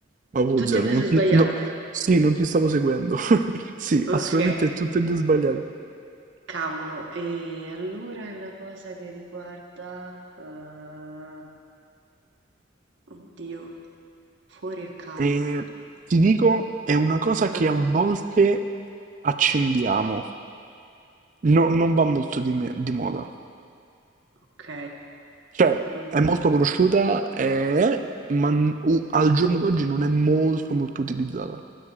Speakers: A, on the right; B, on the right.
A: Ma Wuzzero,
B: Tutti e due
A: non
B: sono
A: ti...
B: sbagliati.
A: no. Sì, non ti stavo seguendo. <laughs> Sì, assolutamente
B: Ok.
A: tutte e due sbagliate.
B: Cavolo, e allora è una cosa che riguarda... eh, Oddio, fuori è calma.
A: E ti dico, è una cosa che
B: Ah,
A: a volte accendiamo. No- non va molto di, me- di moda.
B: ok.
A: Cioè,
B: Non-
A: è molto conosciuta, è- ma n- u- al giorno d'oggi non è molto molto utilizzata.